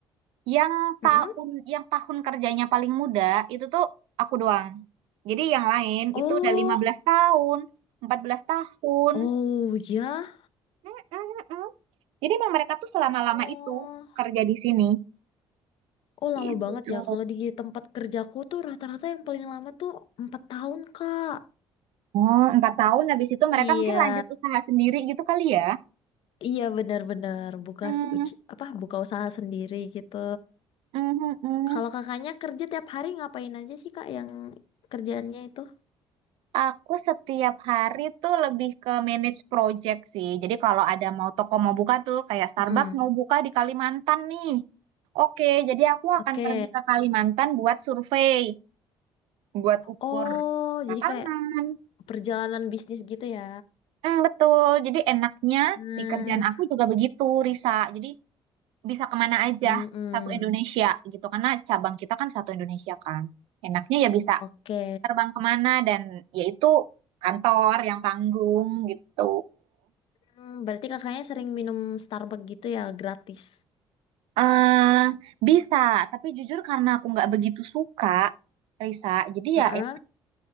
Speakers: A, on the right (about 80°); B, on the left (about 65°).
A: yang
B: Mm-mm.
A: tahun yang tahun kerjanya paling muda itu tuh aku doang. Jadi yang lain
B: Oh,
A: itu udah lima belas tahun, 14 tahun.
B: oh ya.
A: Mm-mm-mm. Jadi emang mereka tuh selama-lama
B: Oh,
A: itu kerja di sini.
B: oh lama
A: Gitu.
B: banget ya. Kalau di tempat kerjaku tuh rata-rata yang paling lama tuh 4 tahun, Kak.
A: Oh, empat tahun habis itu mereka
B: Iya.
A: mungkin lanjut usaha sendiri gitu kali ya.
B: Iya benar-benar buka
A: Mm,
B: s- uci- apa buka usaha sendiri gitu.
A: mm, mm. mm.
B: Kalau kakaknya kerja tiap hari ngapain aja sih kak yang kerjaannya itu?
A: Aku setiap hari tuh lebih ke manage project sih. Jadi kalau ada mau toko mau buka tuh kayak Starbucks
B: Mm-mm.
A: mau buka di Kalimantan nih. Oke, jadi aku
B: Oke.
A: akan pergi ke Kalimantan buat survei, buat ukur
B: Oh,
A: lapangan.
B: jadi kayak perjalanan bisnis gitu ya.
A: Hmm, betul. Jadi enaknya
B: Hmm,
A: di kerjaan aku juga begitu, Risa. Jadi bisa kemana aja
B: Mm-mm.
A: satu Indonesia gitu. Karena cabang kita kan satu Indonesia kan. Enaknya ya bisa
B: Oke.
A: terbang kemana dan yaitu kantor yang tanggung gitu.
B: Hmm, berarti kakaknya sering minum Starbucks gitu ya gratis.
A: eh bisa, tapi jujur karena aku nggak begitu suka Risa, jadi
B: heeh.
A: ya em-